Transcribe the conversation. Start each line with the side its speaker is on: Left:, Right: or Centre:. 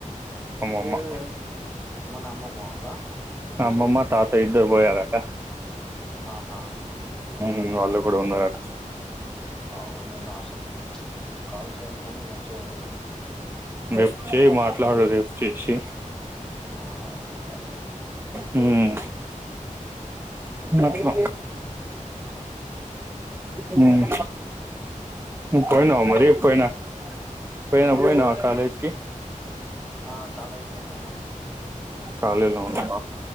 Right: అమ్మమ్మ
Centre: ఏమీ మన అమ్మమ్మ వాళ్ళ
Right: అమ్మమ్మ తాతయ్య ఇద్దరు పోయారట
Centre: ఆహా
Right: ఇంగ వాళ్ళు కూడా ఉన్నారు అట
Centre: ఆ ఉన్నింనా అసలు కాల్ చేయాలి కానీ మార్చేపోవుతున్నా
Right: రేపు చెయ్ మాట్లాడు రేపు చేసి
Centre: నా మాట్లాడుత
Right: హ్మ్
Centre: మ్మ్.
Right: అట్ల హ్మ్ పోయినావా మరి పోయినా పోయినా
Centre: ఆ
Right: పోయినావా
Centre: పోయి
Right: కాలేజ్ కి
Centre: ఆ కాలేజ్ లోనే ఉన్నా
Right: కాలేజ్ లో నే ఉన్నావా